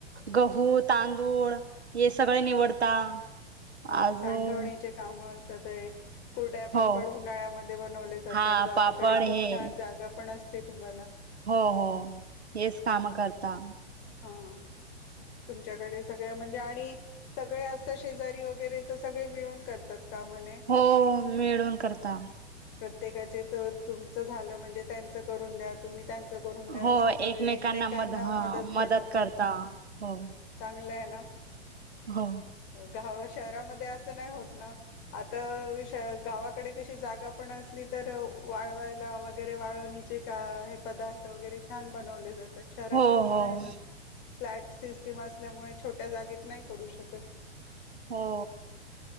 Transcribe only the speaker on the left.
हा
साठवणीचे काम स ते कुर्ड्या
पापड उन्हाळ्यामध्ये बनवले जातात
गावाकडे
खूप छान जागा पण अस अस तुम्हाला
हां तुमच्याकडे सगळ्या म्हणजे आणि सगळे असतं शेजारी वगैरे तर सगळे मिळून करतात तमने
प्रत्येकाचे तर तुमचं झालं म्हणजे त्यांच करून द्या तुम्ही त्यां.
द एकमेकांना
मदत पण होते
चगल्या
<unintelligible>
गा शहरामध्ये असं नाही होत ना आता गावाकडे कशी जागा पण असली तर वाळवायला वगैरे वाळवणीचे का हे पदार्थ वगैरे छान बनवले जातात. शहरात
नाही ना फ्लॅट ल्यामुळे छोट्या जागेत नाही करू शकत.